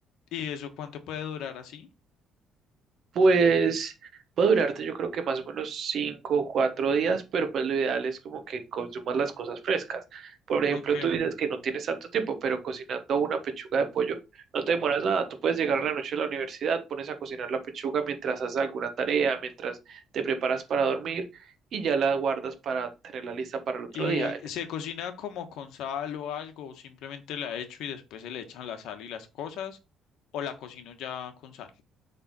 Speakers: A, on the left (about 80°); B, on the right (about 45°).
A: ¿Y eso cuánto puede durar así?
B: Pues puede durarte yo creo que más o menos cinco o cuatro días, pero pues lo ideal es como que consumas las cosas frescas. Por ejemplo,
A: Ok.
B: tú dices que no tienes tanto tiempo, pero cocinando una pechuga de pollo no te demoras nada. Tú puedes llegar a la noche a la universidad, pones a cocinar la pechuga mientras haces alguna tarea, mientras te preparas para dormir y ya la guardas para tenerla lista para el otro
A: ¿Y
B: día.
A: se cocina como con sal o algo? ¿O simplemente la echo y después se le echan la sal y las cosas? ¿O la cocino ya con sal?